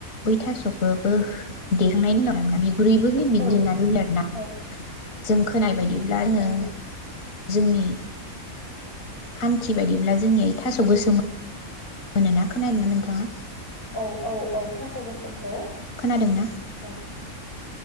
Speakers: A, on the left; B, on the left.
A: बै थास'खौबो देखांनायनि उनाव लाबोना बि बिगुरैबो होयो बिगुर
B: औ
A: लेमनाबो होयो आरोना
B: औ
A: जों खोनाय बायदि ब्ला आंङो
B: औ
A: जोंनि खान्थि बायदिब्ला जोंनिया इ थास' गोसोमा मोनोना खोनादों ना नोंथांङा?
B: औ औ औ थास गोसोमखौ
A: खोनादों ना?
B: औ